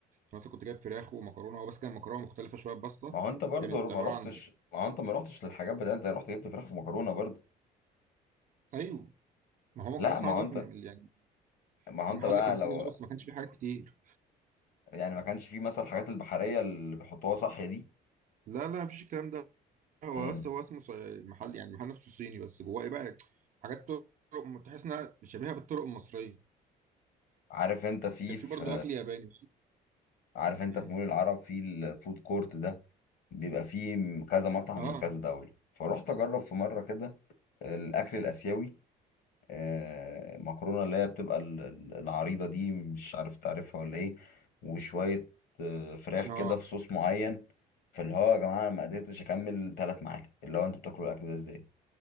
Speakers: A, on the right; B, on the left.
A: مثلا كنت جايب فراخ ومكرونه هو بس كان مكرونه مختلفه شويه بسطه
B: ما هو انت برضه
A: كانت
B: ما
A: عباره
B: رحتش
A: عن
B: ما هو انت ما رحتش للحاجات بتاعت انت رحت جبت فراخ ومكرونه برضه
A: ايوه ما هو
B: لا
A: كان اصلا
B: ما
A: عايز
B: هو
A: اكل
B: انت
A: من- يعني
B: ما هو
A: المحل
B: انت بقى
A: كان
B: لو
A: صيني اه بس ما كانش فيه حاجات كتير
B: يعني ما كانش فيه مثلا الحاجات البحريه اللي بيحطوها صحيه دي
A: لا لا مفيش الكلام ده هو
B: مم.
A: بس هو اسمه صي- محل يعني محل نفسه صيني بس جواه ايه بقى حاجات طرق تحس انها شبيهه بالطرق المصريه
B: عارف انت في
A: كان
B: في
A: في برضه اكل ياباني
B: عارف انت
A: امم
B: في مول العرب في الفود كورت ده بيبقى فيه م- كذا مطعم
A: اه
B: لكذا دولة فروحت اجرب في مرة كده الاكل الاسيوي آه، مكرونة اللي هي بتبقى ال- ال- العريضة دي مش عارف تعرفها ولا ايه وشوية آه، فراخ كده
A: اه
B: في صوص معين فاللي هو يا جماعة انا ما قدرتش اكمل ثلاث معاكم اللي هو انتوا بتاكلوا الاكل ده ازاي